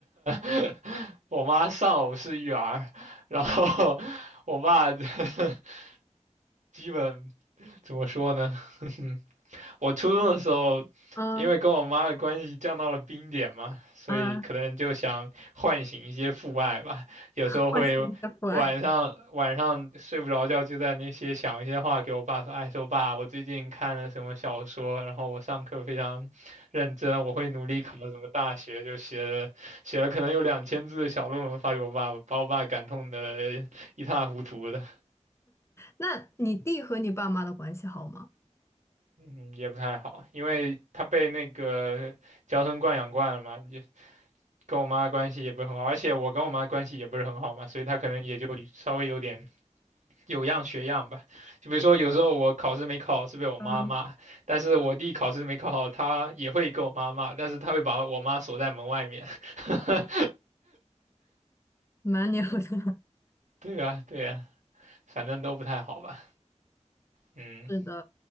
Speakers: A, on the right (about 75°); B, on the left (about 20°).
A: <laughs> 我妈丧偶式育儿，然后我爸 <laughs> 基本怎么说呢？<laughs> 我初中的时候，
B: 嗯
A: 因为跟我妈的关系降到了冰点嘛，所以可能就想唤醒一些父爱吧。
B: 嗯，
A: 有时候会晚上晚上睡不着觉，
B: <laughs> 唤醒你的不安。
A: 就在那些想一些话给我爸说，哎，说爸，我最近看了什么小说，然后我上课非常认真，我会努力考什么大学，就写了写了可能有两千字的小论文发给我爸，把我爸感动的一塌糊涂的，
B: 那你弟和你爸妈的关系好吗？
A: 嗯，也不太好，因为他被那个娇生惯养惯了嘛，也跟我妈关系也不是很好，而且我跟我妈关系也不是很好嘛，所以他可能也就稍微有点有样学样吧。就比如说，有时候我考试没考好是被我妈骂，
B: 嗯，
A: 但是我弟考试没考好，他也会跟我妈骂，但是他会把我妈锁在门外面。<laughs>
B: 蛮聊的。<laughs>
A: 对呀，对呀，反正都不太好吧。嗯
B: 是